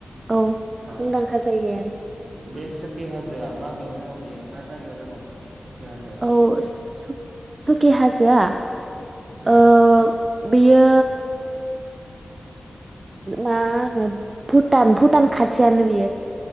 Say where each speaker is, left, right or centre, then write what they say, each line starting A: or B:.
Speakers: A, on the right; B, on the right.
A: औ
B: अ
A: मुंदांखा
B: अ
A: जायगाया
B: बे सकि हाजोआ माबेयाव दङ बेयो मा जायगायाव दङ बियो? सकि हाजोआ।
A: औ सुकि हाजोआ
B: औ।
A: ओ बियो मा होनो भुटान भुटान खाथियानो बियो।